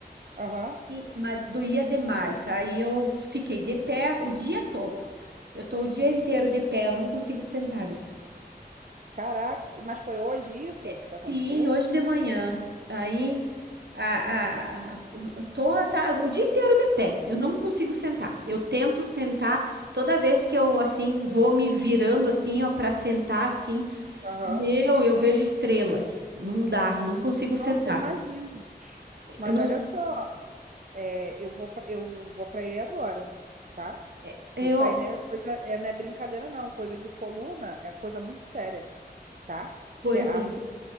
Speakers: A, on the right; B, on the right.
A: Aham.
B: E- mas doía demais. Aí eu fiquei de pé o dia todo. Eu tô o dia inteiro de pé, eu não consigo sentar, amiga.
A: Caraca, mas foi hoje isso
B: Sim,
A: que aconteceu?
B: hoje de manhã. Aí, a, a, a- tô a ta- o dia inteiro de pé. Eu não consigo sentar. Eu tento sentar toda vez que eu assim vou me virando assim, ó, para sentar assim.
A: Aham.
B: Meu, eu vejo estrelas. Não dá, não consigo sentar.
A: Nossa, imagino. Mas
B: Eu não,
A: olha só, é, eu vou pra, eu vou para aí agora, tá?
B: é, eu,
A: Isso aí não é coisa, é, não é brincadeira não, coisa de coluna é coisa muito séria, tá?
B: pois
A: Você, assim,
B: é.